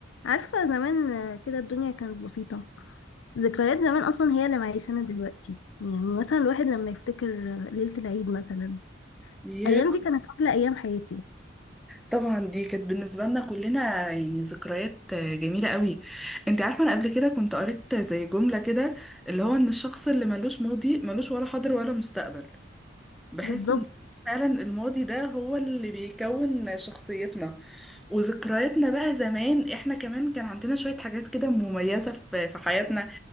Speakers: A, on the left; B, in the centre.
A: عارفة زمان آه، كده الدنيا كانت بسيطة ذكريات زمان أصلا هي اللي معيشانا دلوقتي يعني مثلا الواحد لما يفتكر آه، ليلة العيد مثلا
B: يا
A: الأيام دي كانت أحلى أيام حياتي
B: طبعا دي كانت بالنسبة لنا كلنا يعني ذكريات جميلة قوي انت عارفة انا قبل كده كنت قريت زي جملة كده اللي هو ان الشخص اللي ملوش ماضي ملوش ولا حاضر ولا مستقبل بحس
A: بالظبط
B: ان فعلا الماضي ده هو اللي بيكون شخصيتنا وذكرياتنا بقى زمان احنا كمان كان عندنا شوية حاجات كده مميزة في في حياتنا